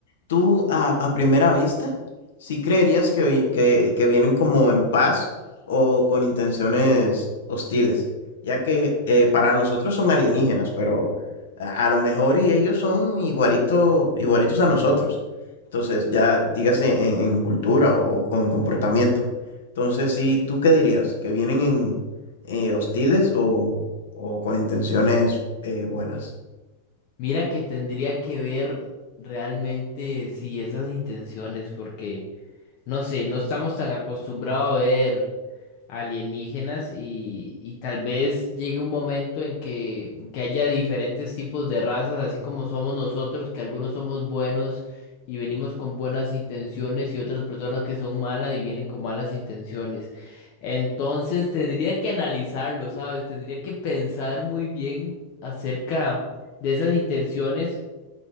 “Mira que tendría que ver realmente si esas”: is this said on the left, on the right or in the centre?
Left